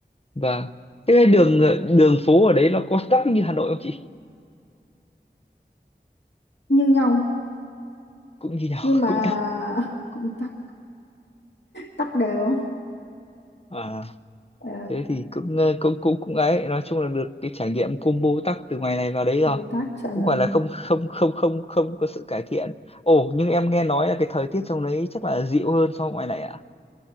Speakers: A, on the left (about 35°); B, on the left (about 80°).
A: vâng thế cái đường đường phố ở đấy nó có tắc như Hà Nội không chị
B: Như nhau,
A: cũng như nhau
B: nhưng
A: <laughs>
B: mà
A: cũng tắc
B: <laughs> cũng tắc tắc đều.
A: à
B: Ờ,
A: thế thì cũng ờ, cũng cũng cũng ấy nói chung là được cái trải nghiệm combo tắc từ ngoài này vào đấy rồi
B: Bồ Tát chuẩn
A: cũng
B: rồi.
A: gọi là không không không không không có sự cải thiện ồ nhưng em nghe nói là cái thời tiết trong đấy chắc là dịu hơn so với ngoài này ạ